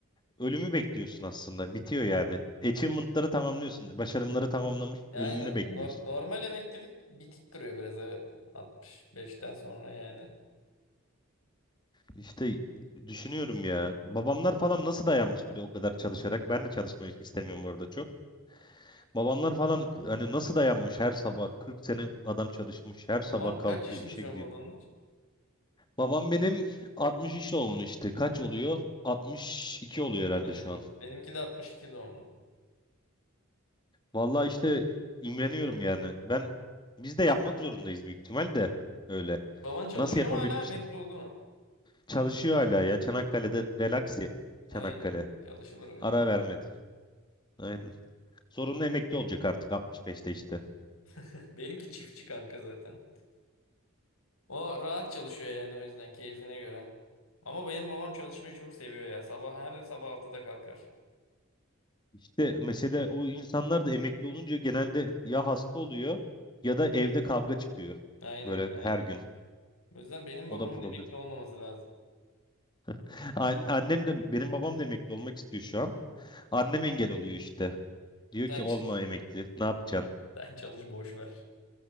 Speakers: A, on the left; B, on the left.
A: ölümü bekliyorsun aslında. Bitiyor yani. Achievement'ları tamamlıyorsun. Başarımları tamamlamış,
B: Aynen.
A: ölümünü bekliyorsun.
B: Nor- normal emeklilik bitik duruyor biraz evet. 65'ten sonra yani.
A: İşte düşünüyorum ya. Babamlar falan nasıl dayanmış bir de o kadar çalışarak. Ben de çalışmayı istemiyorum bu arada çok. Babamlar falan hani nasıl dayanmış her sabah 40 sene adam çalışmış. Her
B: Baban
A: sabah kalkıyor,
B: kaç yaşında
A: işe
B: şu
A: gidiyor.
B: an babanlar?
A: Babam benim 63 doğumlu işte. Kaç oluyor? 62 oluyor herhalde
B: Aynen.
A: şu an.
B: Benimki de 62 doğumlu.
A: Vallahi işte imreniyorum yani. Ben biz de yapmak zorundayız büyük ihtimal de öyle.
B: Baban çalışıyor
A: Nasıl yapabilmişler?
B: mu hala emekli oldu mu?
A: Çalışıyor hala ya. Çanakkale'de relax ya.
B: Aynen.
A: Çanakkale.
B: Çalışılır o yüzden.
A: Ara vermedi. Aynen. Zorunlu emekli olacak artık 65'te işte.
B: <laughs> Benimki çiftçi kanka zaten. O rahat çalışıyor yani o yüzden keyfine göre. Ama benim babam çalışmayı çok seviyor ya. Sabah her sabah altıda kalkar.
A: İşte mesele o insanlar da emekli olunca genelde ya hasta oluyor ya da evde kavga çıkıyor.
B: Aynen
A: Böyle
B: aynen.
A: her gün.
B: O yüzden benim
A: O
B: babamın
A: da problem.
B: emekli olmaması lazım.
A: <laughs> An- Annem de benim babam da emekli olmak istiyor şu an. Annem engel oluyor işte. Diyor
B: Sen,
A: ki olma
B: ç-
A: emekli. Ne yapacaksın?
B: <laughs> sen çalış boş ver.